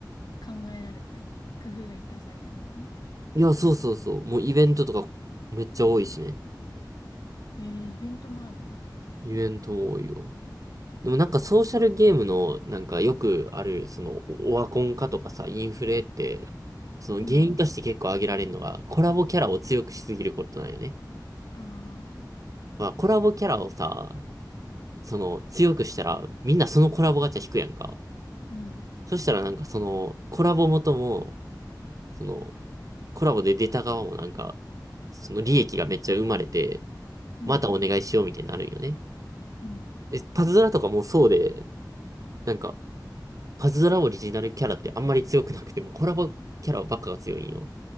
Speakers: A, on the left; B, on the right.
A: 考えられて、工夫がいっぱいされてるんだね。
B: いや、そうそうそう。もうイベントとかめっちゃ多いしね。
A: ええイベントもあるんだ。
B: イベントも多いよ。でもなんかソーシャルゲームのなんかよくある、そのオワコン化とかさ、インフレって、その原因として結構挙げられるのが、
A: うん。
B: コラボキャラを強くしすぎることなんよね。
A: ああ、
B: まあ、コラボキャラをさ、その強くしたらみんなそのコラボガチャ引くやんか。
A: うん。
B: そしたらなんかそのコラボ元も、そのコラボで出た側もなんか、その利益がめっちゃ生まれて、
A: うん。
B: またお願いしようみたいになるんよね。
A: うん
B: え、パズドラとかもそうで、なんか、パズドラオリジナルキャラってあんまり強くなくても、コラボキャラばっかが強いんよ。